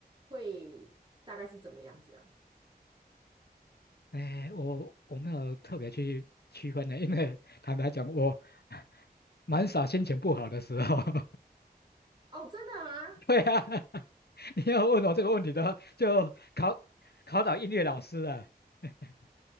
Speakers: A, on the right (about 25°); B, on the left (about 80°).
A: 会大概是怎么样子啊？
B: 哎，我我没有特别去区分的，因为坦白讲，我 <laughs> 蛮少心情不好的时候。<laughs>
A: 哦，真的吗？
B: 对啊，<laughs> 你要问我这个问题的话，就考考倒音乐老师了。<laughs>